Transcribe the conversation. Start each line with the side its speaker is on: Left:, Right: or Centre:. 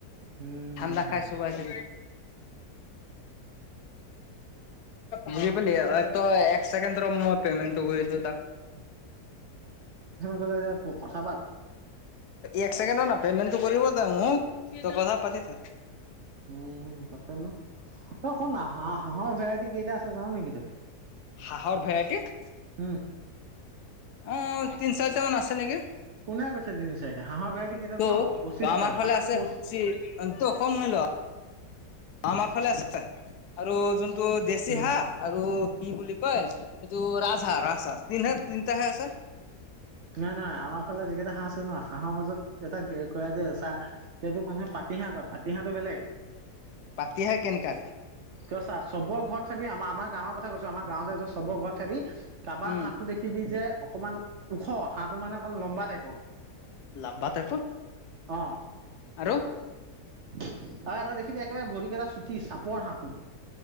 Right: উম
Left: ঠাণ্ডা খাই চোবাই ছাগে। বুজি পালি তই একচেকেণ্ড ৰ মই পেমেণ্টটো কৰি দিও তাক।
Right: গ'লে যে প <unintelligible> কথা পাত।
Left: এক চেকেণ্ড না পেমেণ্টটো কৰিব ত মোক ত কথা পাতি থাক
Right: উম, হম তাপেন অ, শুন হাঁ-হাঁহৰ ভেৰাইটি কেইটা আছে জান নেকি তই?
Left: হাঁহৰ ভেৰাইটীচ
Right: উম
Left: অ, তিনি চাৰিটামান আছে নেকি?
Right: কোনে কৈছে তিনি চাৰিটা হাঁহৰ ভেৰাইটি কেইটা জান
Left: ত
Right: পঁচিছটা
Left: আমাৰ
Right: সাত
Left: ফালে আছে
Right: পচ
Left: স ত শুনি ল। আমাৰ ফালে আছে আৰু যোনটো দেশী
Right: উম
Left: হাঁহ আৰু কি বুলি কয় এইটো ৰাজহাঁহ ৰাজহাঁহ তিনটাহে আছে।
Right: নাই-নাই আমাৰ ফালে যিকেইটা হাঁহ আছে ন হাঁহৰ মাজত এটা ক যে চাহ এইটোক মানুহে পাতিহাঁহ কয় পাতিহাঁহটো বেলেগ
Left: পাতিহাঁহ কেনেকা?
Right: ত চাৰ চবৰ ঘৰত চাবি আমাৰ-আমাৰ গাঁৱৰ কথা কৈছো আমাৰ গাঁৱতে চবৰ ঘৰত চাবি কাৰোবাৰ
Left: উম
Right: হাঁহ দেখিবি যে অকণমান ওখ হাঁহটো মানে অক লম্বা টাইপৰ।
Left: লম্বা টাইপত
Right: অ
Left: আৰু
Right: আৰু এটা দেখিবি একেবাৰে ভৰিকেইটা চুটি চাপৰ হাহঁ।